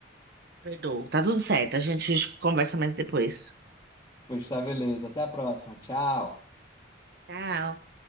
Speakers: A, on the right; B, on the left.
A: Perdoa. Tá tudo certo. A gente conversa mais depois.
B: Pois tá, beleza. Até a próxima. Tchau.
A: Tchau.